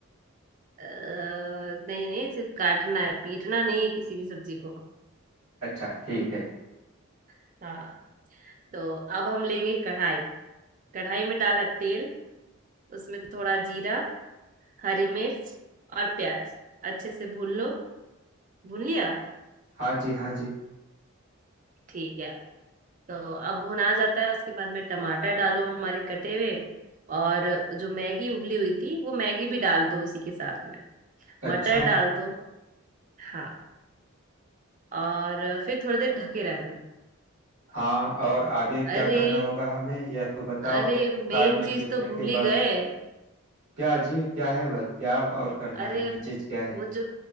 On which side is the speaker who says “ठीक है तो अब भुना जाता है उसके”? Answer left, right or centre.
Right